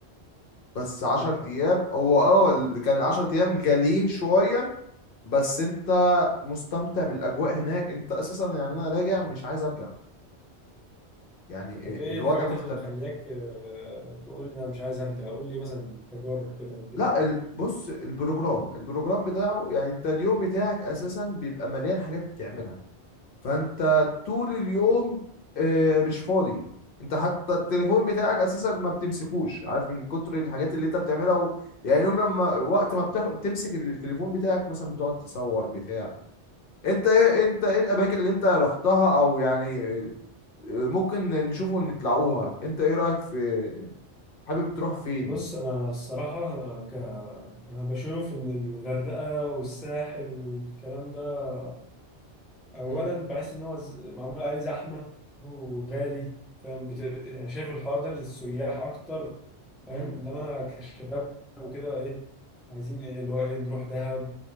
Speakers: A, on the left; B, in the centre.
A: بس
B: والله
A: 10 ايام هو اه اللي كان 10 ايام غاليين شوية بس انت مستمتع بالاجواء هناك انت اساسا يعني انا راجع مش عايز ارجع يعني
B: طب ايه
A: آه، الوضع
B: الحاجات
A: مختلف
B: اللي مخلياك آه، تقول لي انا مش عايز ارجع قول لي مثلا تجارب كده وكده
A: لا
B: يعني
A: ال- بص البروجرام البروجرام بتاعه يعني انت اليوم بتاعك اساسا بيبقى مليان حاجات بتعملها فانت طول اليوم آه، مش فاضي انت حتى التليفون بتاعك اساسا ما بتمسكوش عارف من كتر الحاجات اللي انت بتعملها و... يعني يوم لما وقت ما بتف... بتمسك التليفون بتاعك مثلا بتقعد تصور بتاع انت ايه انت ايه الاماكن اللي انت رحتها او يعني آه، ممكن نشوفه ونطلعوها انت ايه رأيك في حابب تروح فين
B: بص انا الصراحه أنا ك... انا بشوف ان الغردقه والساحل والكلام ده اولا
A: مم.
B: بحس ان هو ز- معمول عليه زحمه وغالي فاهم بت... يعني شايف الحوار ده للسياح اكتر فاهم
A: مم.
B: انما انا كشباب وكده ايه عايزين ايه اللي هو ايه نروح دهب